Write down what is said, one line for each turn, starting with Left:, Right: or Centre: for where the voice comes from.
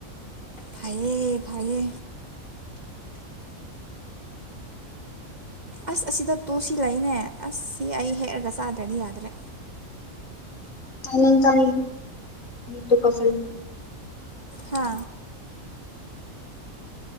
Right: ꯐꯌꯦ ꯐꯌꯦ ꯑꯁ ꯑꯁꯤꯗ ꯇꯨꯁꯤ ꯂꯩꯅꯦ ꯑꯁ ꯁꯤ ꯑꯩ ꯍꯦꯛꯑꯒ ꯆꯥꯗ꯭ꯔꯗꯤ ꯌꯥꯗ꯭ꯔꯦ
Left: ꯆ ꯆꯥꯗꯤ ꯇꯣ ꯄꯁꯔꯦ
Right: ꯍꯥ